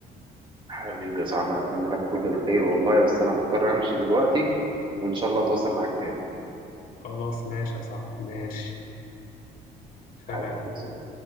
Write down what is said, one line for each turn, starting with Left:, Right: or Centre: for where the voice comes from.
Right: حبيبي يا صاحبي انا اتمنى لك كل الخير والله بس انا مضطر امشي دلوقتي وان شاء الله اتواصل معاك تاني
Left: خلاص ماشي يا صاحبي ماشي سلام
Right: حبيبي يا صاحبي